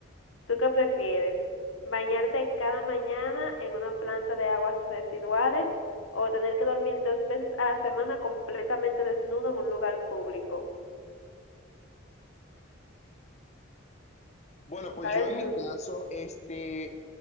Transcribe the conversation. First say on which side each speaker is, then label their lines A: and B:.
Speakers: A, on the left; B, on the left.
A: ¿tú qué prefieres? ¿Bañarte cada mañana en una planta de aguas residuales o tener que dormir dos veces a la semana completamente desnudo en un lugar público?
B: Bueno, pues
A: ¿Cuál
B: yo en
A: es tu?
B: mi caso, este,